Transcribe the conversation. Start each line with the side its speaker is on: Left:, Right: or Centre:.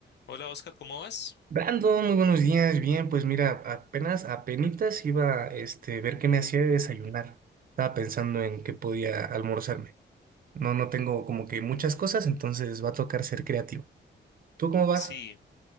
Left: Hola Oscar, ¿cómo vas?
Right: Brandon, muy buenos días. Bien, pues mira, apenas, apenitas iba este, ver qué me hacía de desayunar. Estaba pensando en qué podía almorzarme. No, no tengo como que muchas cosas, entonces va a tocar ser creativo. ¿Tú cómo vas?
Left: Sí,